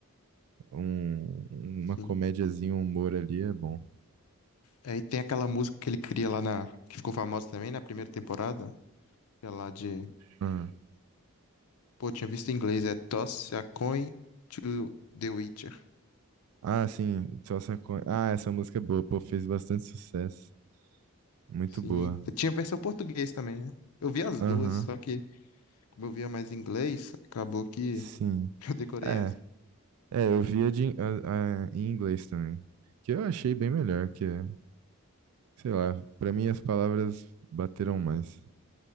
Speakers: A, on the right (about 75°); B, on the left (about 80°).
A: um, uma
B: sim.
A: comédiazinha, um humor ali é bom.
B: Aí tem aquela música que ele cria lá na, que ficou famosa também na primeira temporada, que é lá de,
A: Ah,
B: pô, tinha visto em inglês, é Toss a Coin to the Witcher.
A: ah, sim, só saco... Ah, essa música é boa, pô, fez bastante sucesso. Muito
B: Sim,
A: boa.
B: tinha versão português também, né? Eu vi as
A: Aham,
B: duas, só que como eu via mais inglês, acabou que
A: sim.
B: <laughs> eu decorei
A: É,
B: essa.
A: é, eu via de, in- a- a- em inglês também, que eu achei bem melhor, que, é, sei lá, pra mim as palavras bateram mais.